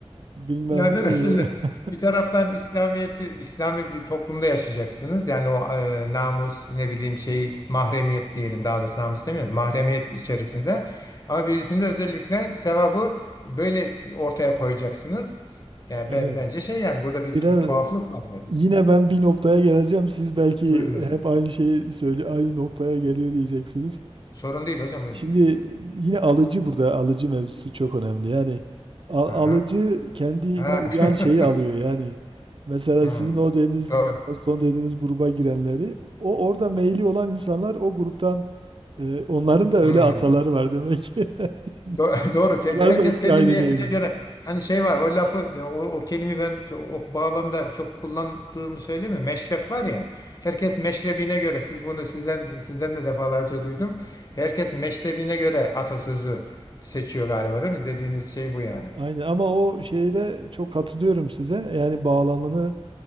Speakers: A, on the right; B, on the left.
A: bilmem
B: yani değil mi? şimdi
A: e,
B: bir taraftan İslamiyeti İslami bir toplumda yaşayacaksınız. Yani o e, namus ne bileyim şey mahremiyet diyelim daha doğrusu namus demiyorum. Mahremiyet içerisinde. Ama birisinde özellikle sevabı böyle ortaya koyacaksınız.
A: <laughs>
B: Yani
A: evet.
B: ben, bence şey yani burada bir
A: Biraz
B: tu- tuhaflık var yani.
A: Yine ben bir noktaya geleceğim. Siz belki
B: Buyurun hocam.
A: hep aynı şeyi söyle, aynı noktaya geliyor diyeceksiniz.
B: Sorun değil hocam buyurun.
A: Şimdi yine alıcı burada alıcı mevzusu çok önemli. Yani al-
B: Aha.
A: alıcı kendine
B: Ha.
A: uyan
B: <laughs>
A: şeyi alıyor. Yani mesela
B: Hı,
A: sizin o deniz
B: doğru.
A: gruba, son dediğiniz gruba girenleri o orada meyli olan insanlar o gruptan e, onların da öyle
B: Hmm.
A: ataları var demek ki. <laughs>
B: Do- <laughs> Doğru.
A: Ataları
B: Ke- Herkes
A: da hepsi
B: kendi
A: aynı
B: niyetine
A: değil. yani.
B: göre. Hani şey var o lafı ya o, o kelimeyi ben ço- o bağlamda çok kullandığımı söyleyeyim mi? Meşrep var ya. Herkes meşrebine göre. Siz bunu sizden sizden de defalarca duydum. Herkes meşrebine göre atasözü seçiyor galiba değil mi? Dediğiniz şey bu yani.
A: Aynen ama o şeyde çok katılıyorum size. Yani bağlamını